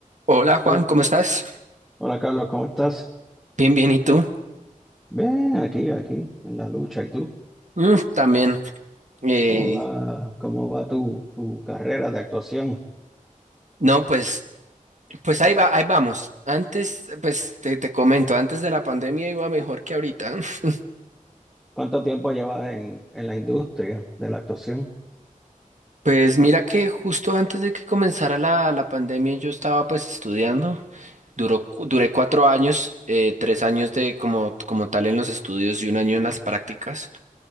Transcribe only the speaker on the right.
Hola Juan,
¿cómo estás?
Bien, bien, ¿y tú?
Mm, también. Eh,
no, pues, pues ahí va, ahí vamos. Antes, pues te, te comento, antes de la pandemia iba mejor que ahorita. <laughs>
Pues mira que justo antes de que comenzara la, la pandemia yo estaba pues estudiando. Duró, cu- duré cuatro años, eh, tres años de como, como tal en los estudios y un año en las prácticas.